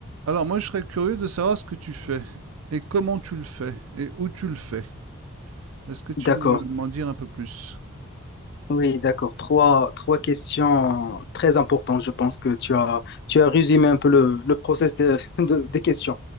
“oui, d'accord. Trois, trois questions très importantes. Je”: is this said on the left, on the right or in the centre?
Left